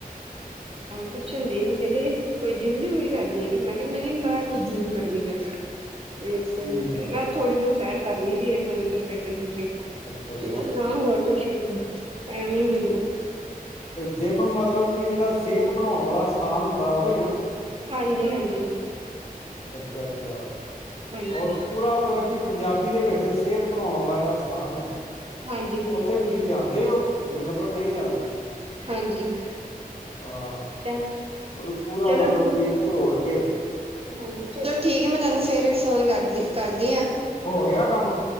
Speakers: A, on the right; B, on the left.
A: ਕੁਛ ਹੁੰਦੀ ਸੀ ਕਹਿੰਦੇ। ਕੋਈ ਜਿੰਮ ਜੁੰਮ ਵੀ ਕਰਲੀ ਐ ਮੈਂ ਕਿਹਾ ਨਈ ਮੈਂ ਕੇ ਜਿੰਮ ਕਰਨੀ ਕਰ ਐ <unintelligible> ਬਸ
B: ਹਮ
A: ਥੋੜੀ ਬਹੁਤ ਸੈਰ ਕਰ ਲਈ ਦੀ ਐ ਇੱਧਰ ਉਧਰ ਫਿਰਦੇ ਫੁਰਦੇ।
B: ਅੱਛਾ ਅੱਛਾ
A: ਨਾ ਹੋਰ ਕੁਛ, ਟੈਮ ਈ ਨੀ ਮਿਲਦਾ।
B: ਜਿਮ ਮਤਲਬ ਕਿ ਜਿਹੜਾ ਸਿਹਤ ਬਣਾਉਣ ਵਾਲਾ ਸਥਾਨ ਹੁੰਦਾ ਉਹੀ ਨਾ।
A: ਹਾਂਜੀ-ਹਾਂਜੀ,
B: ਅੱਛਾ-ਅੱਛਾ
A: ਹਾਂਜੀ
B: ਔ ਪੂਰਾ ਮਤਲਬ ਕਿ ਪੰਜਾਬੀ ਦੇ ਵਿੱਚ ਸਿਹਤ ਬਣਾਉਣ ਵਾਲਾ ਜਿਹੜਾ ਸਥਾਨ ਆ।
A: ਹਾਂਜੀ ਬਿਲਕੁਲ
B: ਉੱਥੇ ਤੁਸੀਂ ਜਾਂਦੇ ਔ ਮਤਲਬ ਨਈ ਜਾਂਦੇ।
A: ਹਾਂਜੀ।
B: ਹਾਂ,
A: ਤਾਂ
B: ਉਹਨੂੰ ਪੂਰਾ
A: ਚਲੋ
B: ਮਤਲਬ
A: ਠੀਕ
B: ਕਿ ਘਰੋੜ ਕੇ
A: ਹਾਂਜੀ ਚਲੋ ਠੀਕ ਐ ਮੈਂ ਤੁਹਾਨੂੰ ਫੇਰ ਫੋਨ ਕਰਦੀ ਕਰਦੀ ਆ।
B: ਹੋ ਗਿਆ ਕੰਮ